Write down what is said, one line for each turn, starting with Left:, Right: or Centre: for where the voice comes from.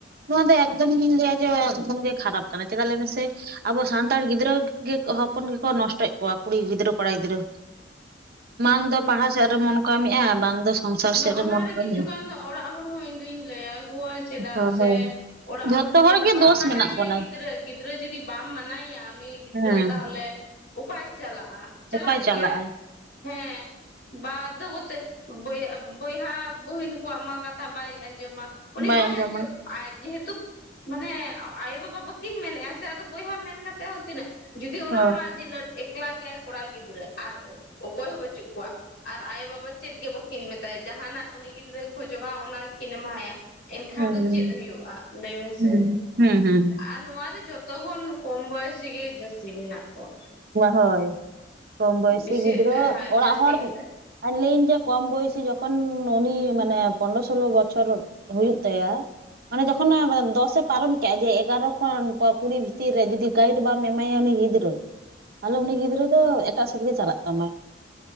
Right: ᱱᱚᱣᱟ ᱫᱚ ᱮᱠᱫᱚᱢ ᱜᱤᱧ ᱞᱮᱭᱟ ᱡᱮ ᱮᱠ ᱫᱚᱢ ᱜᱮ ᱠᱷᱟᱨᱟᱯ ᱠᱟᱱᱟ ᱪᱮᱫᱟᱜ ᱞᱮ ᱢᱮᱥᱮ ᱟᱵᱚ ᱥᱟᱱᱛᱟᱲ ᱜᱤᱫᱽᱨᱟᱹ ᱜᱮ ᱦᱚᱯᱚᱱ ᱜᱮᱠᱚ ᱱᱚᱥᱴᱚᱭᱮᱫ ᱠᱚᱣᱟ ᱠᱩᱲᱤ ᱜᱤᱫᱽᱨᱟᱹ ᱨᱩ ᱵᱟᱲᱟᱭ ᱜᱤᱫᱽᱨᱟᱹ ᱢᱟᱝ ᱫᱚ ᱯᱟᱲᱦᱟᱣ ᱥᱮᱫ ᱨᱮ ᱢᱚᱱ ᱠᱚ ᱮᱢᱮᱫᱼᱟ ᱵᱟᱝ ᱫᱚ ᱥᱚᱝᱥᱟᱨ
Left: ᱵᱟ
Right: ᱥᱮᱫ ᱨᱮ
Left: ᱚᱱᱟᱨᱮ
Right: ᱢᱚᱱ ᱠᱚ
Left: ᱠᱤᱪᱷᱩ
Right: ᱮᱢᱮᱜᱼᱟ
Left: ᱜᱟᱱ ᱫᱚ ᱚᱲᱟᱜ ᱦᱚᱲᱦᱚ ᱤᱧ ᱫᱩᱧ ᱞᱟᱹᱭᱭᱟᱠᱚᱣᱟ ᱪᱮᱫᱟᱜ
Right: ᱦᱳᱭ
Left: ᱥᱮ
Right: ᱦᱳᱭ
Left: ᱚᱲᱟᱜ
Right: ᱡᱷᱚᱛᱚ
Left: ᱦᱚᱲ ᱡᱩᱫᱤ ᱟᱢ
Right: ᱜᱮ
Left: ᱵᱟᱢ
Right: ᱫᱳᱥ
Left: ᱢᱟᱱᱟ
Right: ᱢᱮᱱᱟᱜ
Left: ᱭᱮᱭᱟ
Right: ᱵᱚᱱᱟ
Left: ᱜᱤᱫᱽᱨᱟᱹ ᱜᱤᱫᱽᱨᱟᱹ ᱡᱩᱫᱤ ᱵᱟᱢ ᱢᱟᱱᱟ ᱭᱮᱭᱟ ᱩᱱᱤ ᱜᱤᱫᱽᱨᱟᱹ
Right: ᱦᱮᱸ
Left: ᱛᱟᱦᱚᱞᱮ ᱚᱠᱟᱭ ᱪᱟᱞᱟᱜᱼᱟ ᱪᱟᱞᱟᱜ
Right: ᱚᱠᱚᱭ ᱪᱟᱞᱟᱜᱼᱟᱭ
Left: ᱜᱮᱭᱟᱭ ᱦᱮᱸ ᱵᱟᱫᱷᱚ ᱠᱚᱛᱮ ᱵᱚᱭᱦᱟ ᱵᱚᱦᱤᱱ ᱠᱚᱣᱟᱜ ᱢᱟ ᱠᱟᱛᱷᱟ ᱵᱟᱹᱭ ᱟᱸᱡᱚᱢᱟ ᱩᱱᱤ
Right: ᱵᱟᱭ
Left: ᱵᱟᱹᱭ
Right: ᱟᱸᱡᱚᱢᱟᱭ
Left: ᱟᱸᱡᱚᱢ ᱡᱮᱦᱮᱛᱩ ᱢᱟᱱᱮ ᱟᱭᱳᱼᱵᱟᱵᱟ ᱵᱟᱹᱠᱤᱱ ᱢᱮᱱᱮᱫᱼᱟ ᱥᱮ ᱟᱫᱚ ᱵᱚᱭᱦᱟ ᱢᱮᱱ ᱠᱟᱛᱮᱫ ᱦᱚᱸ ᱛᱤᱱᱟᱹᱜ ᱡᱩᱫᱤ ᱚᱱᱟ
Right: ᱦᱚᱸ
Left: ᱚᱲᱟᱜ ᱨᱮᱜᱤ ᱞᱟ. ᱮᱠᱞᱟ ᱜᱮᱭᱟᱭ ᱠᱚᱲᱟ ᱜᱤᱫᱽᱨᱟᱹ ᱟᱨ ᱚᱠᱚᱭ ᱦᱚᱸ ᱵᱟᱹᱪᱩᱜ ᱠᱚᱣᱟ ᱟᱨ ᱟᱭᱳ ᱵᱟᱵᱟ ᱪᱮᱫ ᱜᱮ ᱵᱟᱹᱠᱤᱱ ᱢᱮᱛᱟ ᱡᱟᱦᱟᱸ ᱱᱟᱜ ᱩᱱᱤ ᱜᱤᱫᱽᱨᱟᱹᱭ ᱠᱷᱚᱡᱚᱜᱼᱟ ᱚᱱᱟ ᱜᱮᱠᱤᱱ ᱮᱢᱟᱭᱟ ᱮᱱᱠᱷᱟᱱ
Right: ᱦᱩᱸ
Left: ᱫᱚ ᱪᱮᱫ ᱦᱩᱭᱩᱜᱼᱟ ᱞᱟᱹᱭ ᱢᱮᱥᱮ
Right: ᱦᱩᱸ ᱦᱩᱸ ᱦᱩᱸ
Left: ᱟᱨ ᱱᱚᱶᱟ ᱨᱮ ᱡᱷᱚᱛ ᱡᱚᱛᱚᱠᱷᱚᱱ ᱠᱚᱢ ᱵᱚᱭᱮᱥ ᱨᱮᱜᱤ ᱡᱟᱹᱥᱛᱤ ᱢᱮᱱᱟᱜ ᱠᱚᱣᱟ
Right: ᱦᱳᱭ ᱠᱚᱢ ᱵᱚᱭᱥᱤ
Left: ᱵᱮᱥᱤ
Right: ᱜᱤᱫᱽᱨᱟᱹ
Left: ᱦᱮᱸ
Right: ᱚᱲᱟᱜ
Left: ᱡᱟᱹᱥᱛᱤ
Right: ᱦᱚᱲ
Left: ᱠᱟᱛᱮ
Right: ᱟᱹᱞᱤᱧ ᱫᱚ ᱠᱚᱢ ᱵᱚᱭᱚᱥᱤ ᱡᱚᱠᱷᱚᱱ ᱩᱱᱤ ᱢᱟᱱᱮ ᱯᱚᱱ ᱥᱳᱞᱳ ᱵᱚᱪᱷᱚᱨ ᱦᱩᱭᱩᱜ ᱛᱟᱭᱟ ᱢᱟᱱᱮ ᱡᱚᱠᱷᱚᱱ ᱫᱚᱥᱮ ᱯᱟᱨᱚᱢ ᱠᱮᱫᱮᱜᱼᱟ ᱡᱮ ᱮᱜᱟᱨᱳ ᱠᱷᱚᱱ ᱠᱩᱲᱤ ᱵᱷᱤᱛᱤᱨ ᱨᱮ ᱡᱩᱫᱤ ᱜᱟᱭᱤᱰ ᱵᱟᱢ ᱮᱢᱟᱭᱟ ᱩᱱᱤ ᱜᱤᱫᱽᱨᱟᱹ ᱛᱟᱦᱞᱮ ᱩᱱᱤ ᱜᱤᱫᱽᱨᱟᱹ ᱫᱚ ᱮᱴᱟᱜ ᱥᱮᱫ ᱜᱮ ᱪᱟᱞᱟᱜ ᱛᱟᱢᱟ